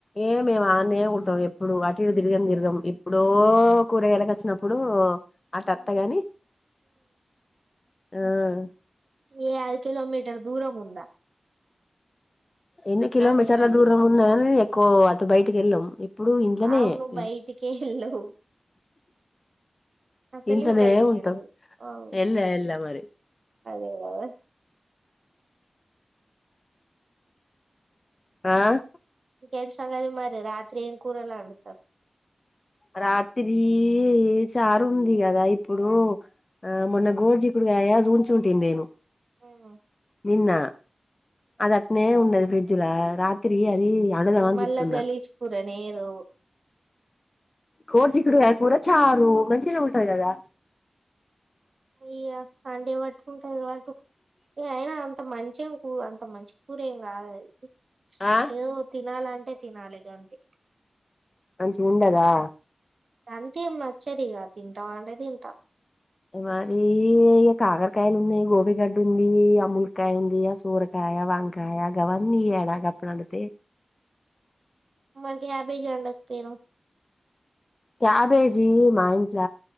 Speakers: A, on the left; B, on the right.
A: ఏ మేము ఆనే ఉంటం ఎప్పుడు అటు తిరుగం గిరుగం ఎప్పుడో కూరగాయలకు వచ్చినప్పుడూ
B: అసలు
A: అటత్త గానీ ఆఁ
B: ఈ అది కిలోమీటర్ దూరం ఉంద?
A: ఎన్ని కిలోమీటర్ల
B: నేనా
A: దూరం ఉన్న గాని ఎక్కువ అటు బయటికి వెళ్ళం ఎ ప్పుడు ఇంట్లనే
B: అవు నువ్వు
A: మేం
B: బయటికే వెళ్ళవు అసలే
A: ఇంట్లనే
B: బయటికి
A: ఉంటం
B: వెళ్ళవు అవు
A: ఎళ్ళ వెళ్ళ మరి
B: అదే కదా
A: ఆఁ
B: ఇంకేం సంగతి మరి రాత్రి ఏం కూరలండుతరు
A: రాత్రీ చారు ఉంది కదా ఇప్పుడు ఆ మొన్న గోడ్చికుడుగాయా చుంచింటి నేను
B: మ్మ్
A: నిన్న అది అట్నే ఉన్నది ఫ్రిడ్జ్లా రాత్ తిరిగి అది అడుగుదం
B: ఇగ
A: అని
B: మళ్ళా
A: జూతున్న
B: గలీజ్ కూరనే ఏదో
A: కోడ్చిక్కుడుగాయ కూర చారు మంచిగనే ఉంటది కదా.
B: ఇగ సండే పట్టుకుంటది పటు ఇగ అయినా అంత మంచేం కూ అంత మంచి కూర ఏం కాదు అది
A: ఆ
B: ఏదో నాలంటే తినాలి గంతే
A: మంచిగ ఉండదా!
B: అంతేం నచ్చదిగ తింటవా అంటే తింట
A: మరి ఇ కాకరకాయాలు ఉన్నాయి గోబీగడ్డ ఉంది ఆ ములికాయ ఉంది ఆ సూరకాయ కాయా వంకాయ గవన్ని ఇయాల గప్పుడు వండితే
B: మరి క్యాబేజ్ ఉండకపోయినావు
A: క్యాబేజీ మా ఇంట్ల